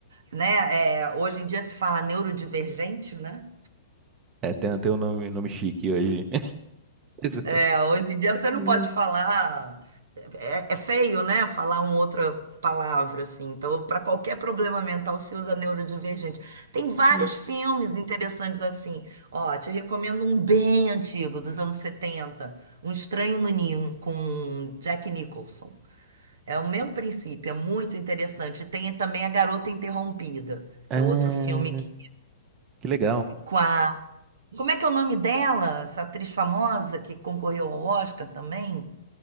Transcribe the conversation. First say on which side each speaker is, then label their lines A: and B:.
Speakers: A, on the right (about 75°); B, on the right (about 25°).
A: né? eh, hoje em dia se fala neurodivergente, né?
B: É, tem, tem um nome, nome chique hoje. <laughs> Mas-
A: É, hoje em dia você não
B: Hum,
A: pode falar, é, é feio, né? Falar uma outra palavra assim. Então, para qualquer problema mental se usa neurodivergente. Tem vários
B: hum.
A: filmes interessantes assim. Ó, te recomendo um bem antigo, dos anos 70, Um Estranho no Ninho, com Jack Nicholson. É o mesmo princípio, é muito interessante. Tem também A Garota Interrompida,
B: Ah,
A: que é outro filme que-
B: que legal.
A: com a. Como é que é o nome dela? Essa atriz famosa que concorreu ao Oscar também?